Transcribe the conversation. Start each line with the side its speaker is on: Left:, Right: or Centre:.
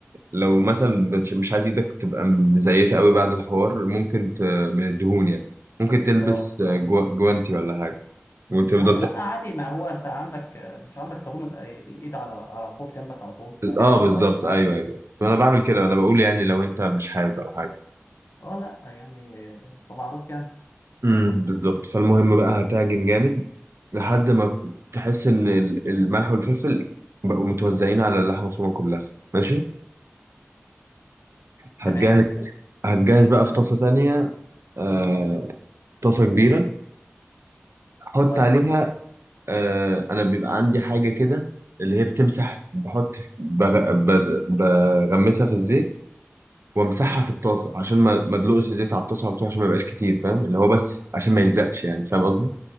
Right: لو مثلا بتش- مش عايز إيدك تبقى مزيتة قوي بعد الحوار ممكن ت... من الدهون يعني ممكن تلبس
Left: اه
Right: جو... جوانتي ولا حاجة وتفضل
Left: يا عم لا
Right: ت...
Left: عادي ما هو انت عندك آه، مش عندك صابون ال- ايد على على الحوض جنبك على طول فيعني
Right: اه بالظبط
Left: خلاص
Right: ايوه ايوه انا بعمل كده انا بقول يعني لو انت مش حابب او حاجه
Left: اه لا يعني آه، ده معروف يعني
Right: امم بالظبط فالمهم بقى هتعجن جامد لحد ما تحس ان ال- الملح والفلفل بقوا متوزعين على اللحمه المفرومه كلها ماشي هتجهز
Left: تمام
Right: هتجهز بقى في طاسه تانية آه، طاسه كبيره حط
Left: طيب
Right: عليها آه، انا بيبقى عندي حاجه كده اللي هي بتمسح بحط بغ- ب- بغمسها في الزيت وامسحها في الطاسه عشان ما ما ادلقش الزيت على الطاسه على طول عشان ما يبقاش كتير فاهم اللي هو بس عشان ما يلزقش يعني فاهم قصدي